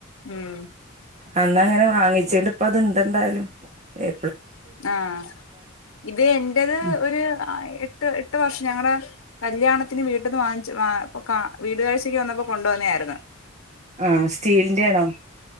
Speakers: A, on the left; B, on the right.
A: ഉം
B: അന്ന് അങ്ങനെ വാങ്ങിചിട്ട് ഇപ്പ അത്ണ്ട് എന്തായാലും എ
A: ആഹ് ഇത് എന്റത്
B: ഉം
A: ഒരു എട്ട് എ എട്ടു വർഷം ഞങ്ങളടെ കല്യാണത്തിന് വീട്ടിൽന്ന് വാങ്ങിച്ച വീടുകാഴ്ചക്ക് വന്നപ്പോ കൊണ്ടുവന്നായിരുന്നു
B: ആഹ് സ്റ്റീലിന്റെ ആണോ